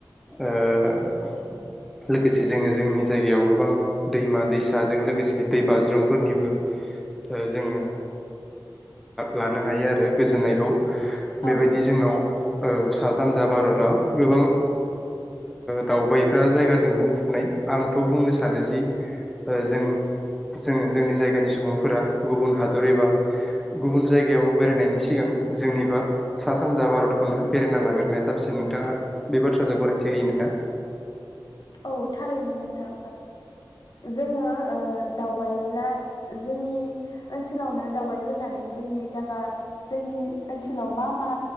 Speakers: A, in the centre; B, on the left.
A: ओं। लोगोसे जोङो जोंनि जायगायाव गोबां दैमा दैसाजों लोगोसे। दै बाज्रुमफोरनिबो जोङो। लानो हायो आरो गोजोननायखौ बेबायदि
B: औ
A: जोंनाव सा सानजा। भारताव गोबां। दावबायग्रा जायगाजों बुंफबनाय आंथ' बुंनो सानो जि जों। जोङो जोंनि जायगानि सुबुंफोरा गुबुन हादर एबा गुबुन जायगायाव बेरायनायनि सिगां जोंनिखौ सा सानजा भारतखौनो बेरायना लाग्रोनाया साबसिन नोंथाङा बे बाथ्राजों गनायथि होयोना।
B: औ थारैनो नोंथां। जोङो दावबायोब्ला जोंनि ओनसोलावनो दावबायग्रोनानै जोंनि जायगा जोंनि ओनसोलाव मा मा